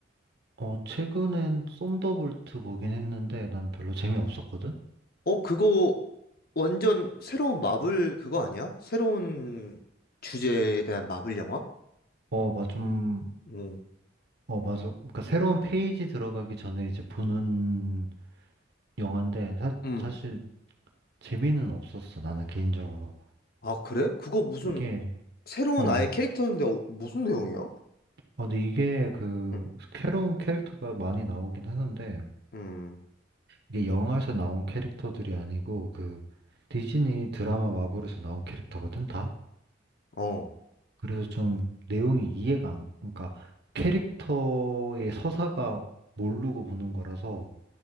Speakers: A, on the right (about 60°); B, on the left (about 55°).
A: 어, 최근엔 썬더볼트 보긴 했는데 난 별로 재미없었거든?
B: 어, 그거 완전 새로운 마블 그거 아니야? 새로운 주제에 대한 마블 영화?
A: 어, 맞 좀,
B: 응.
A: 어, 맞아. 그러니까 새로운 페이지 들어가기 전에 이제 보는 영화인데 사,
B: 음.
A: 사실 재미는 없었어, 나는 개인적으로.
B: 아, 그래? 그거 무슨
A: 이게,
B: 새로운
A: 어,
B: 아예 캐릭터인데 어, 무슨 내용이야?
A: 아, 근데 이게 그
B: 응.
A: 새로운 캐릭터가 많이 나오긴 하는데
B: 음.
A: 이게 영화에서 나온 캐릭터들이 아니고 그 디즈니 드라마 마블에서 나온 캐릭터거든, 다?
B: 어.
A: 그래서 좀 내용이 이해가 안, 그러니까 캐릭터의 서사가 모르고 보는 거라서